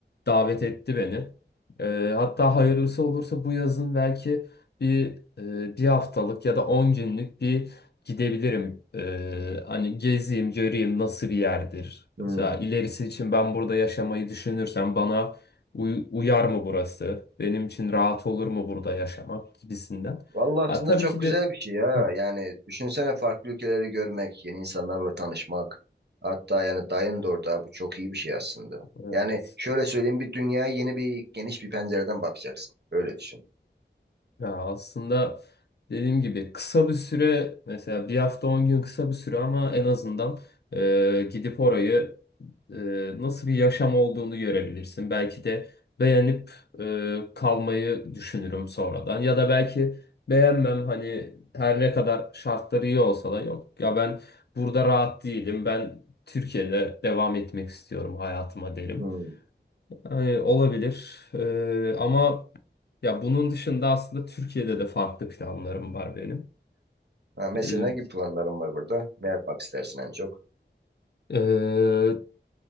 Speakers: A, on the left; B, on the right.
A: davet etti beni. Ee, hatta hayırlısı olursa bu yazın belki bir e, bir haftalık ya da 10 günlük bir gidebilirim. Ee, hani gezeyim, göreyim nasıl bir yerdir.
B: Hmm.
A: Mesela ilerisi için ben burada yaşamayı düşünürsem bana uy- uyar mı burası? Benim için rahat olur mu burada yaşamak gibisinden.
B: Vallahi
A: Ha,
B: aslında
A: tabii
B: çok
A: ki
B: güzel
A: de
B: bir şey ya.
A: Heh,
B: Yani düşünsene farklı ülkeleri görmek, yeni insanlarla tanışmak. Hatta yani dayın da orada. Bu çok iyi bir şey aslında.
A: evet.
B: Yani şöyle söyleyeyim bir dünyaya yeni bir geniş bir pencereden bakacaksın. Öyle düşün.
A: Ya aslında dediğim gibi kısa bir süre mesela bir hafta on gün kısa bir süre ama en azından e, gidip orayı e, nasıl bir yaşam olduğunu görebilirsin. Belki de beğenip e, kalmayı düşünürüm sonradan ya da belki beğenmem hani her ne kadar şartları iyi olsa da yok ya ben burada rahat değilim ben Türkiye'de devam etmek istiyorum hayatıma derim.
B: Hmm.
A: Yani olabilir E, ama ya bunun dışında aslında Türkiye'de de farklı planlarım var benim.
B: Ha, mesela
A: Ee,
B: ne gibi planların var burada? Ne yapmak istersin en çok?
A: e,